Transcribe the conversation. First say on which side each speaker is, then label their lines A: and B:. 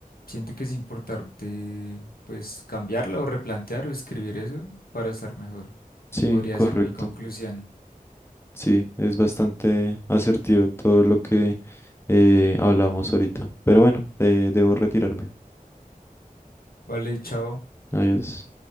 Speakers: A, on the left; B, on the left.
A: siento que es importante pues cambiarla o replantear o escribir eso para estar mejor.
B: Sí,
A: Podría
B: correcto.
A: ser mi conclusión.
B: Sí, es bastante asertivo todo lo que eh, hablamos ahorita. Pero bueno, eh, debo retirarme.
A: Vale, chao.
B: Adiós.